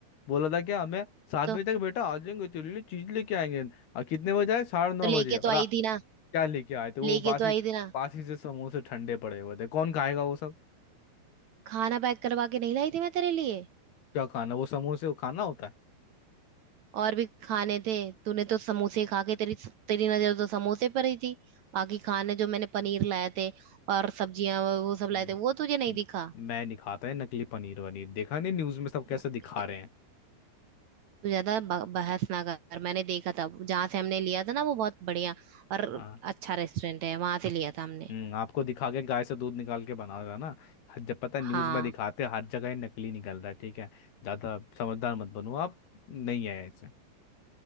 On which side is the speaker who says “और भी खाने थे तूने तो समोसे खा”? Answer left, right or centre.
Right